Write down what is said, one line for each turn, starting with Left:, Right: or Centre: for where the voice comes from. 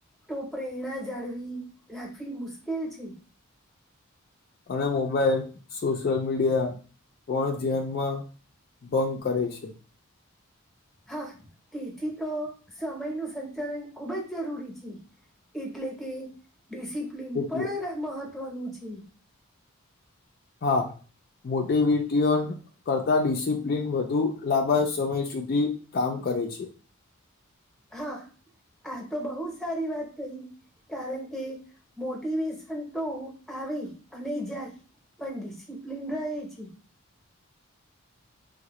Centre: તો પ્રેરણા જાળવી રાખવી મુશ્કેલ છે
Left: અને મોબાઈલ સોશિયલ મીડિયા પણ ધ્યાનમાં બંગ કરે છે
Centre: હા તેથી તો સમય ન સંચાલન ખુબ જ જરૂરી છે એટલે કે ડિસિપ્લિન
Left: એટલે
Centre: પણ મહત્વનું છે
Left: હા મોટી વીટીઓન કરતા ડિસિપ્લિન વધુ લાંબા સમય સુધી કામ કરે છે
Centre: હા આ તો બહુ સારી વાત કહી કારણ કે મોટિવેશન તો આવે અને જાય પણ ડિસિપ્લીિન રહે છે